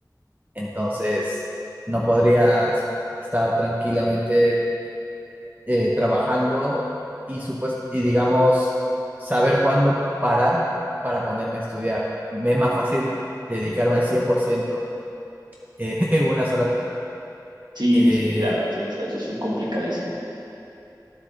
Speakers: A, on the right; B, on the right.
A: Entonces, no podrías estar tranquilamente eh, trabajando y, supuest y, digamos, saber cuándo parar para ponerme a estudiar. Me es más fácil dedicarme al 100% eh, <laughs> en una sola actividad.
B: Sí,
A: Eh,
B: sí, mira, o sea, eso es complicadísimo.